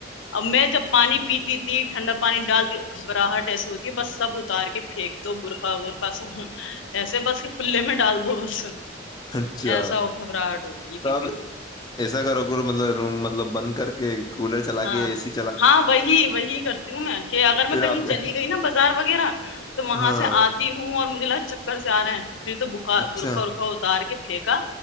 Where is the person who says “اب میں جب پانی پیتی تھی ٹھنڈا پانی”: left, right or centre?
Left